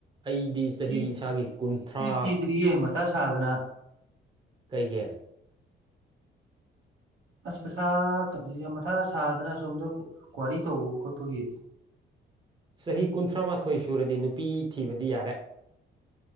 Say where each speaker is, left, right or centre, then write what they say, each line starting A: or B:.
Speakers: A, on the right; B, on the right.
A: ꯑꯩꯗꯤ ꯆꯍꯤ
B: ꯊ
A: ꯏꯁꯥꯒꯤ ꯀꯨꯟꯊ꯭ꯔꯥ
B: ꯊꯤ ꯇꯔꯤ ꯃꯊ ꯁꯥꯗꯅ
A: ꯀꯩꯒꯤꯦ
B: ꯑꯁ ꯄꯩꯁꯥ ꯀ ꯌꯥꯝ ꯃꯊꯥ ꯁꯥꯗꯅ ꯁꯣꯝꯗ ꯀ꯭ꯋꯥꯔꯤ ꯇꯧꯕ ꯈꯣꯠꯄꯒꯤ
A: ꯆꯍꯤ ꯀꯨꯟꯊ꯭ꯔꯥ ꯃꯥꯊꯣꯏ ꯁꯨꯔꯗꯤ ꯅꯨꯄꯤ ꯊꯤꯕꯗꯤ ꯌꯥꯔꯦ